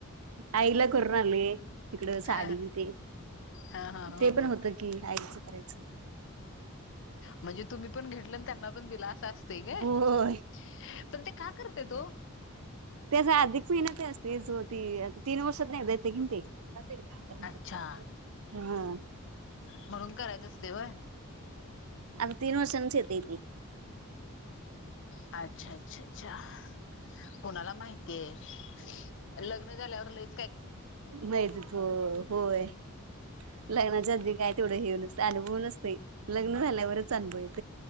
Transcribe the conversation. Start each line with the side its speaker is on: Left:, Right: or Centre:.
Right: आईला करून आले तिकड साडीन
Left: हा
Right: ते
Left: हा हा हा
Right: ते पण
Left: हा
Right: होतं कि आईच करायचं.
Left: म्हणजे तुम्ही पण घेतलं अन त्यांना पण दिलं अस असतय काय
Right: होय
Left: -पण ते का करतात ओ?
Right: ते असं अधिक महिन्यात असतयच ओ ते तीन वर्षातन एकदा येतंय कने ते. घरात एक भाकर देत्यात
Left: अच्छा
Right: काय सांग बर हा.
Left: म्हणून करायचं असतय व्हय.
Right: आणि तीन वर्षांनीच येतय ते.
Left: अच्छा अच्छा. अच्छा- कुणाला माहितीये लग्न झाल्यावर लई
Right: माहिती होतय होय लग्नाच्या आधी काय तेवढं हे नसतात अनुभव नसतंय. लग्न झाल्यावरच अनुभव येतय.